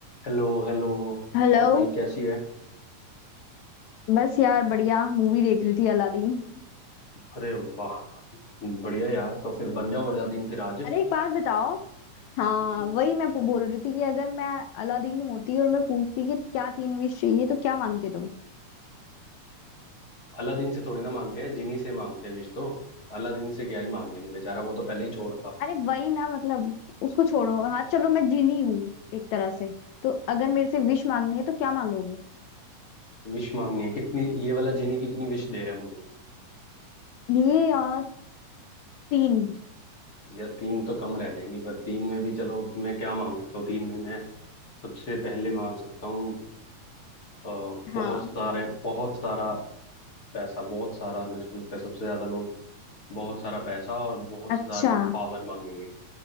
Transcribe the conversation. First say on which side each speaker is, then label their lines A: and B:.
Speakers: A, on the left; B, on the left.
A: Hello hello
B: Hello
A: और भाई कैसी है
B: बस यार बढ़िया मूवी देख रही थी अलादीन
A: अरे वाह बढ़िया यार तो फिर बन जाओ अलादीन फिर आज
B: अरे एक बात बताओ हाँ
A: हम्म।
B: वही मैं पू- बोल रही थी कि अगर मैं अलादीन होती और मैं पूछती कि क्या तीन विश चाहिए तो क्या मांगते तुम
A: अलादीन से थोड़ी ना मांगते हैं जिनी से मांगते हैं विश तो अलादीन से क्या ही मांग लेंगे बेचारा वो तो पहले ही चोर था
B: अरे वही ना मतलब उसको छोड़ो हाँ चलो मैं जिनी हूँ एक तरह से तो अगर मेरे से विश मांगनी है तो क्या मांगोगे
A: विश मांगनी है कितनी ये वाला जिनी कितनी विश दे रहा है मुझे
B: ये और तीन
A: यार तीन तो कम रह जाएंगी पर तीन में भी चलो मैं क्या मांग सकता हूँ तीन में मैं सबसे पहले मांग सकता हूँ अ, बहुत
B: हाँ
A: सारे बहुत सारा पैसा बहुत सारा मेरे को लगता है सबसे ज्यादा लोग बहुत सारा पैसा और बहुत
B: अच्छा
A: सारी पावर मांगेंगे